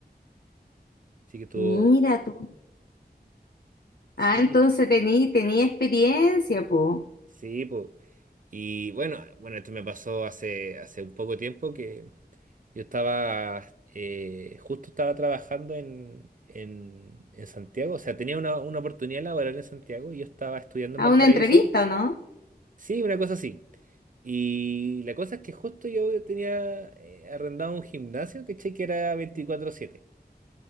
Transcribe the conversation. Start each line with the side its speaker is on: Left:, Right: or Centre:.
Right: Así que todo,
Left: Mira tú.
Right: sí,
Left: Ah, entonces tení, tenía experiencia, po.
Right: sí, pues. Y bueno, bueno, esto me pasó hace, hace un poco tiempo que yo estaba, eh, justo estaba trabajando en, en, en Santiago, o sea, tenía una, una oportunidad laboral en Santiago y yo estaba estudiando
Left: A
Right: en Valparaíso.
Left: una entrevista, ¿o no?
Right: Sí, una cosa así. Y la cosa es que justo yo tenía eh, arrendado un gimnasio, ¿cachai? Que era veinticuatro siete